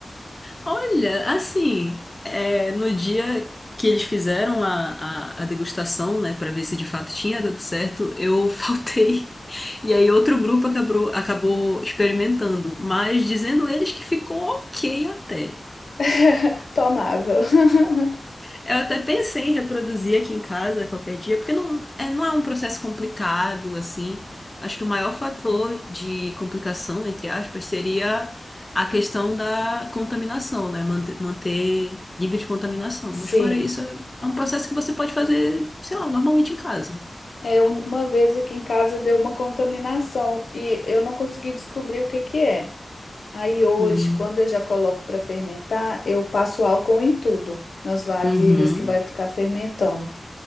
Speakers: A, on the left; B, on the left.
A: Olha, assim, é, no dia que eles fizeram a, a, a degustação, né, para ver se de fato tinha dado certo, eu <laughs> faltei. E aí outro grupo acabou, acabou experimentando, mas dizendo eles que ficou ok até.
B: <laughs> Tomável. <laughs>
A: Eu até pensei em reproduzir aqui em casa qualquer dia, porque não é, não é um processo complicado, assim. Acho que o maior fator de complicação, entre aspas, seria a questão da contaminação, né? Manter, manter nível de contaminação.
B: Sim,
A: Mas fora isso, é é um processo que você pode fazer, sei lá, normalmente em casa.
B: é um- uma vez aqui em casa deu uma contaminação e eu não consegui descobrir o que que é. Aí hoje,
A: Hum.
B: quando eu já coloco para fermentar, eu passo álcool em tudo, nas vasilhas
A: Uhum.
B: que vai ficar fermentando,